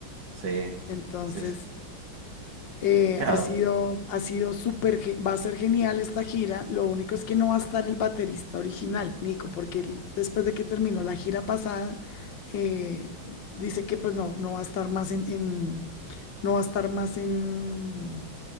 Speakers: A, on the right (about 60°); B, on the left (about 65°).
A: Sí,
B: Entonces...
A: sí. sí.
B: Eh,
A: Claro,
B: ha sido, ha sido súper, ge- va a ser genial esta gira. Lo único es que no va a estar el baterista original, Nico, porque él, después de que terminó la gira pasada, eh, dice que pues no, no va a estar más en, en- no va a estar más en,